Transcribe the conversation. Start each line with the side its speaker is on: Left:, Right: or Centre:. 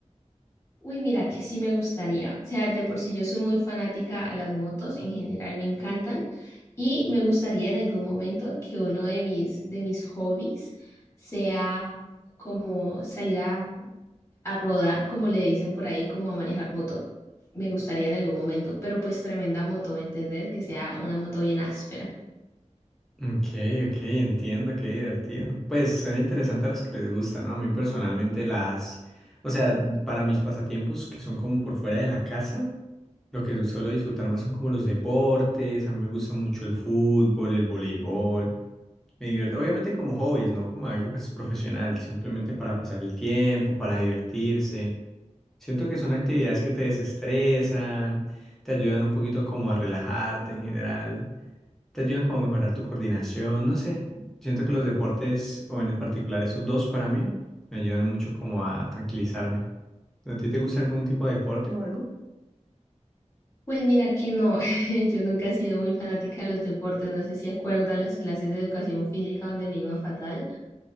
Left: Uy, mira, que sí me gustaría. O sea, de por sí yo soy muy fanática a las motos, en general me encantan y me gustaría en algún momento que uno de mis, de mis hobbies sea como salir a, a rodar, como le dicen por ahí, como a manejar moto. Me gustaría en algún momento, pero pues tremenda moto, ¿me entendés? Que sea una moto bien áspera.
Centre: Ok, ok, entiendo, qué divertido. Pues suena interesante a los que les gusta, ¿no? A mí personalmente las, o sea, para mis pasatiempos que son como por fuera de la casa, lo que suelo disfrutar más son como los deportes, a mí me gusta mucho el fútbol, el voleibol, me divierte, obviamente como hobbies, ¿no? Como algo pues profesional, simplemente para pasar el tiempo, para divertirse. Siento que son actividades que te desestresan, te ayudan un poquito como a relajarte en general, te ayudan como a mejorar tu coordinación, no sé. Siento que los deportes, o en particular esos dos para mí, me ayudan mucho como a tranquilizarme. ¿A ti te gusta algún tipo de deporte o algo?
Left: Pues mira que no, <laughs> yo nunca he sido muy fanática de los deportes, no sé si acuerdas las clases de educación física donde me iba fatal.